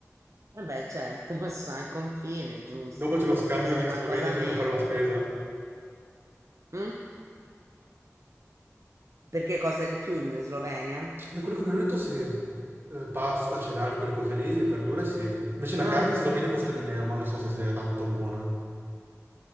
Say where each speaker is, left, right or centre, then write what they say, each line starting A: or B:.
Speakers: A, on the right (about 70°); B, on the right (about 45°).
A: Vabbè, certo, <laughs> ma sono al confine, giusto.
B: Dopo c'è lo scambio
A: Spendi
B: degli
A: qualcosa
B: sloveni che
A: meno.
B: vanno a fare la spesa.
A: mm? Perché cosa di più in Slovenia?
B: Di quello che mi hanno detto sì, Eh, pasta, cereali, quelle cose lì e verdure sì. Invece la
A: Eh,
B: carne in Slovenia costa di meno, ma non so se sia tanto buona.